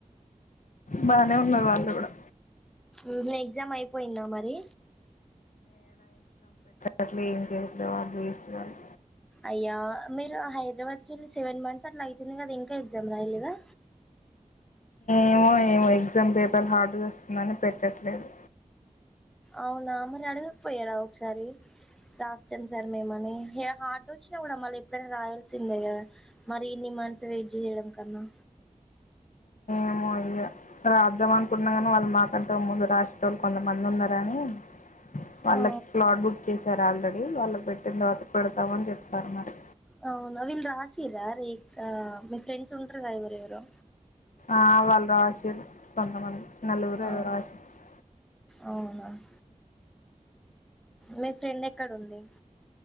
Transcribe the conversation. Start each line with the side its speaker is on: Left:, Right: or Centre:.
Left: బానే ఉన్నారు వాళ్ళు కూడా
Centre: ఊహూ ఎగ్జామ్ అయిపోయిందా మరి
Left: అట్లే ఏం చేయడో వాళ్ళు ఇస్తున్నారు
Centre: అయ్యా మీరు హైదరాబాద్కి వెళ్ళి సెవెన్ మంత్స్ అట్లా అవుతుంది కదా ఇంకా ఎగ్జామ్ రాయలేదా
Left: ఏమో ఏమో ఎగ్జామ్ పేపర్ హార్డ్గా వస్తుందని పెట్టట్లేదు
Centre: అవునా మరి అడగకపోయారా ఒకసారి రాస్తాం సార్ మేమని హార్డ్ వచ్చినా కూడా మళ్ళీ ఎప్పుడైనా రాయాల్సిందే గదా మరి ఇన్ని మంత్స్ వెయిట్ చేయడం కన్నా
Left: ఏమో ఇగ రాద్దాం అనుకున్నా గానీ వాళ్ళు మా అంతకు ముందు రాసేటోళ్ళు కొంతమంది ఉన్నారని వాళ్ళ
Centre: ఆ
Left: ప్లాట్ బుక్ చేసారు ఆల్రెడీ వాళ్ళకి పెట్టిన తర్వాత పెడతామ అని చెప్తారు మరి
Centre: అ నవవిల్ రాసీరా రే మీ ఫ్రెండ్స్ ఉంట్ర రా ఎవరు ఎవరు
Left: ఆ వాళ్ళ ఆశలు కొంతమంది నలుగురు
Centre: అఓ
Left: ఐదుగురు రాసిర్రు
Centre: అవునామ్ మీ ఫ్రెండ్ ఎక్కడ ఉంది